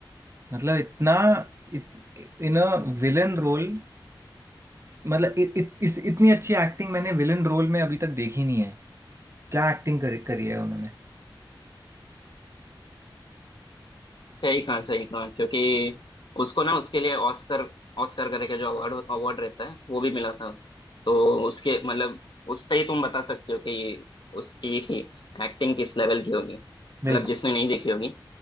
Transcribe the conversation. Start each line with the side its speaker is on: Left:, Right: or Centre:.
Right: मतलब इतना इत, इन अ विलन रोल मतलब इ, इ, इस इतनी अच्छी एक्टिंग मैंने विलन रोल में अभी तक देखी नहीं है क्या एक्टिंग करी करी है उन्होंने
Left: सही कहा सही कहा क्योंकि उसको ना उसके लिए ऑस्कर ऑस्कर करके जो अवार्ड अवार्ड रहता है वो भी मिला था तो उसके मतलब उस पे ही तुम बता सकते हो कि उसकी <laughs> एक्टिंग किस लेवल की होगी मतलब
Right: बिल्कुल
Left: जिसने नहीं देखी होगी